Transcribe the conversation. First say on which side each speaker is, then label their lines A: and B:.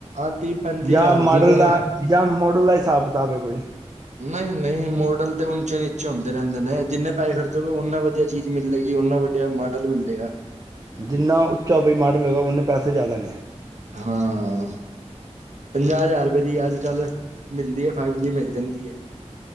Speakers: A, on the right (about 80°); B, on the right (about 35°).
A: ਆਹ ਤੀਹ ਪੈਂਤੀ
B: ਯਾ
A: ਹਜ਼ਾਰ
B: ਮਾਡਲ
A: ਦੀ ਤੇ
B: ਦਾ ਜਾਂ ਮੋ ਖੁਲਾ ਹਿਸਾਬ ਕਿਤਾਬ ਏ ਕੋਈ?
A: ਨਈ-ਨਈ, ਮੋਡਲ ਤੇ ਉਂਚੇ ਨੀਚੇ ਹੁੰਦੇ ਰਹਿੰਦੇ ਨੇ, ਜਿੰਨੇ ਪੈੇਹੇ ਖਰਚੋਗੇ, ਔਨੇ ਵਧੀਆ ਚੀਜ਼ ਮਿਲ ਮਿਲੇਗੀ, ਉਹਨਾ ਵੱਡੀਆ ਮਾਡਲ ਮਿਲ ਜੇਗਾ।
B: ਜਿੰਨਾ ਉੱਚਾ ਕੋਈ ਮਾਡਲ ਹੋਏਗਾ, ਉਨੇ ਪੈਸੇ ਜ਼ਿਆਦਾ ਨੇ।
A: ਹਾਂ, ਪੰਜਾਹ ਜ਼ਾਰ ਰੁਪਏ ਦੀ ਅੱਜ ਕੱਲ੍ਹ ਮਿਲਦੀ ਏ, ਫਾਈਵ ਜੀ ਮਿਲ ਜਾਂਦੀ ਏ,